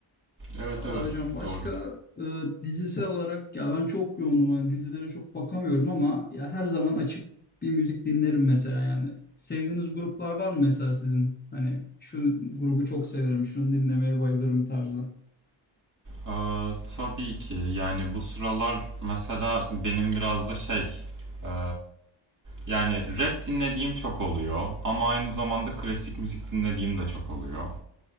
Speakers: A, on the right (about 40°); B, on the left (about 20°).
A: Evet
B: Valla
A: evet
B: hocam başka
A: doğru.
B: e, dizisel olarak ya ben çok yoğunum hani dizilere çok bakamıyorum ama ya her zaman açıp bir müzik dinlerim mesela yani. Sevdiğiniz gruplar var mı mesela sizin? Hani şu grubu çok severim, şunu dinlemeye bayılırım tarzı.
A: Ee, tabii ki yani bu sıralar mesela benim biraz da şey e, yani rap dinlediğim çok oluyor ama aynı zamanda klasik müzik dinlediğim de çok oluyor.